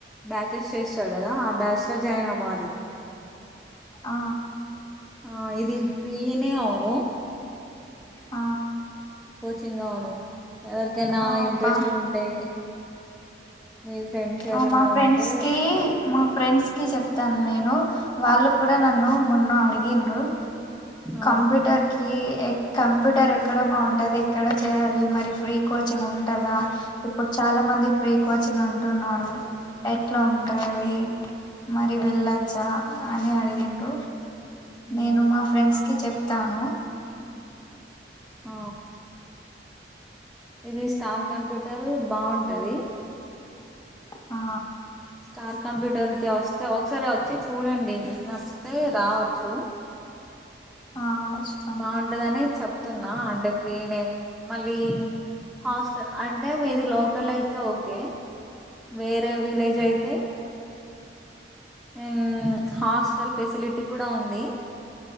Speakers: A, in the centre; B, on the left.
A: బ్యాచెస్ చేస్తారు కదా ఆ బ్యాచ్ లో జాయిన్ అవ్వాలి
B: ఆ
A: ఆ ఇది ప్రీనే అవును
B: ఆ
A: చెంగవును ఎవరికైనా
B: ఆ
A: ఇంట్రెస్ట్
B: బా
A: ఉంటే మీ ఫ్రెండ్స్ ఎవరన్నా
B: ఆ మా ఫ్రెండ్స్
A: ఉంటే
B: కి మా ఫ్రెండ్స్ కి చెప్తాను నేను వాళ్ళు కూడా నన్ను మొన్న అడిగిన్రు
A: ఆ
B: కంప్యూటర్కి ఎ కంప్యూటర్ ఎక్కడ బాగుంటది ఎక్కడ చేయాలి మరి ఫ్రీ కోచింగ్ ఉంటదా ఇప్పుడు చాలా మంది ఫ్రీ కోచింగ్ అంటున్నారు ఎక్ ఎట్లా ఉంటది మరి వెళ్ళచ్చా
A: ఆ
B: అని అడిగి ఏందో
A: ఉమ్,
B: నేను మా ఫ్రెండ్స్ కి చెప్ తాను
A: ఆ ఇది స్టార్ కంప్యూటర్ రు బాగుంటది
B: ఆ
A: స్టార్ కంప్యూటర్కి వస్తే ఒకసారి వచ్చి చూడండి మీకు నచ్చితే రావచ్చు
B: ఆ వస్తాం
A: బాగుంటదని చెప్తున్నా అంటే ఫ్రీనే మళ్ళీ హాస్టల్ అం అంటే మీది లోకల్ అయితే ఓకే వేరే విలేజ్ అయితే హ్మ్ హాస్టల్ ఫెసిలిటీ కూడా ఉంది